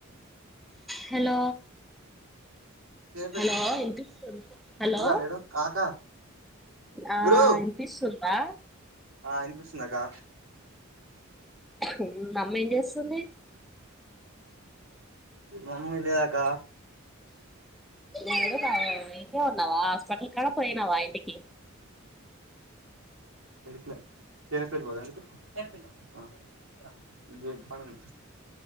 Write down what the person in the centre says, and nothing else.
హలో
హలో
వినిపిస్తూ హలో
ఆ
వినిపిస్తుందా?
హ్మ్ మమ్మీ ఏం చేస్తుంది?
ఏడున్నవ్ ఇన్నే ఉన్నావా హాస్టల్ కడా పోయినావా ఇంటికి